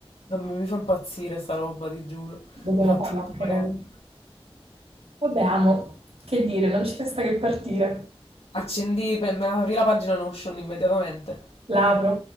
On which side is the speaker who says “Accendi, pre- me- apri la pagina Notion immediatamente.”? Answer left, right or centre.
Left